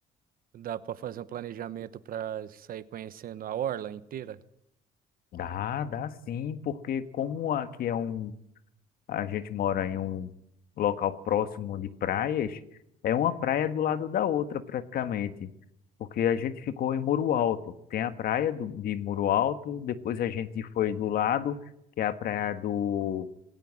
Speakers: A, on the right; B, on the left.
A: Dá para fazer um planejamento para sair conhecendo a orla inteira?
B: Dá, dá sim, porque como aqui é um A gente mora em um local próximo de praias, é uma praia do lado da outra praticamente, porque a gente ficou em Muro Alto. Tem a praia do, de Muro Alto, depois a gente foi do lado, que é a praia do,